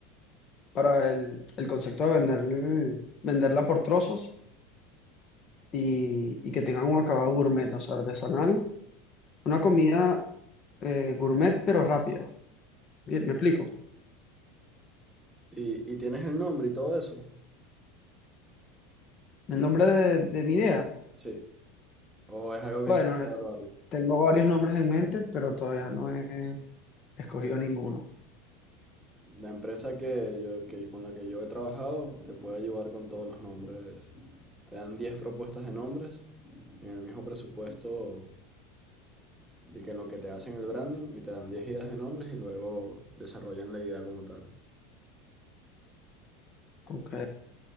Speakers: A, on the left; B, in the centre.
A: para el, el concepto de vender, venderla por trozos y, y que tengan un acabado gourmet, o sea, artesanal. Una comida eh, gourmet pero rápida. Bien, ¿me explico?
B: ¿Y, y tienes el nombre y todo eso?
A: El nombre de, de mi idea.
B: Sí. ¿O es algo que
A: Bueno,
B: quieres evaluarlo?
A: Tengo varios nombres en mente, pero todavía no he escogido ninguno.
B: La empresa que yo, que, con la que yo he trabajado te puede ayudar con todos los nombres. Te dan 10 propuestas de nombres en el mismo presupuesto De que en lo que te hacen el branding y te dan 10 ideas de nombres y luego desarrollan la idea como tal.
A: Ok.